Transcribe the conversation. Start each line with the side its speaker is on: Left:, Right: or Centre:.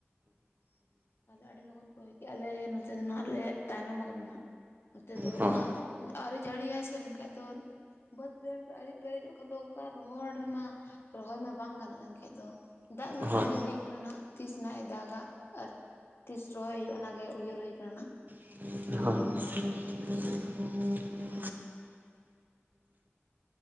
Left: ᱛᱟᱦᱞᱮ ᱟᱹᱰᱤ ᱞᱚᱜᱚᱱ ᱯᱮ ᱦᱩᱭ ᱠᱮᱫ ᱟᱞᱮ ᱱᱚᱛᱮ ᱫᱚ ᱱᱟᱱᱟᱜ ᱞᱮ ᱛᱟᱭᱱᱚᱢ ᱟᱠᱟᱱᱟ ᱱᱟᱱᱟᱜ ᱱᱚᱛᱮ ᱫᱚ
Right: ᱦᱳᱭ
Left: ᱩᱱᱟᱹᱜ ᱟᱹᱣᱨᱤ ᱡᱟᱹᱲᱤᱭᱟᱭ ᱥᱮ ᱮᱱᱠᱷᱟᱡ ᱫᱚ ᱵᱟᱹᱫᱽ ᱵᱟᱹᱭᱦᱟᱹᱲ ᱠᱚ ᱟᱹᱣᱨᱤ ᱯᱮᱨᱮᱡᱚᱜ ᱠᱷᱟᱱ ᱫᱚ ᱚᱠᱟ ᱨᱚᱦᱚᱲ ᱨᱮᱢᱟ, ᱨᱚᱦᱚᱭ ᱢᱟ ᱵᱟᱝ ᱜᱟᱱᱚᱜᱼᱟ ᱮᱱᱠᱷᱟᱡ ᱫᱚ ᱫᱟᱜ ᱨᱮᱱᱟᱜ
Right: ᱦᱳᱭ
Left: ᱛᱟᱺᱜᱤ ᱦᱩᱭ ᱠᱟᱱᱟ ᱛᱤᱥ ᱱᱟᱦᱟᱸᱜ ᱮ ᱫᱟᱜᱟ ᱟᱨ ᱛᱤᱥ ᱨᱚᱦᱚᱭ ᱦᱩᱭᱩᱜᱼᱟ, ᱚᱱᱟᱜᱮ ᱩᱭᱦᱟᱹᱨ ᱦᱩᱭ ᱠᱟᱱᱟ ᱱᱟᱦᱟᱸᱜ
Right: ᱦᱳᱭ
Left: ᱦᱩᱸ